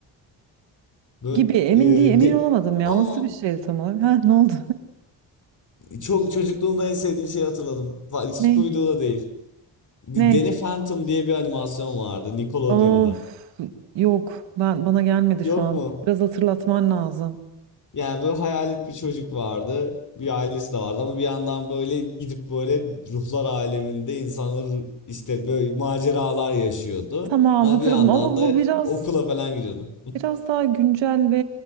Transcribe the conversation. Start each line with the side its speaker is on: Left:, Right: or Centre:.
Left: böyle
Right: Gibi emin
Left: e,
Right: değil emin
Left: de
Right: olamadım ya.
Left: Aa,
Right: O Nasıl bir şeydi tam olarak? Ha ne oldu?
Left: çok çocukluğumda en sevdiğim şeyi hatırladım. Va- Scooby-Doo'da
Right: <laughs> Ney?
Left: değil. D-
Right: Ney?
Left: Danny Phantom diye bir animasyon vardı Nickelodeon'da.
Right: Of yok ben bana gelmedi
Left: Yok
Right: şu an.
Left: mu?
Right: Biraz hatırlatman lazım.
Left: Yani böyle hayalet bir çocuk vardı. Bir ailesi de vardı ama bir yandan böyle gidip böyle ruhlar aleminde insanlar işte böyle maceralar yaşıyordu.
Right: Tamam
Left: Ama
Right: hatırladım
Left: bir yandan
Right: ama bu
Left: da
Right: biraz
Left: okula falan gidiyordu.
Right: biraz daha güncel ve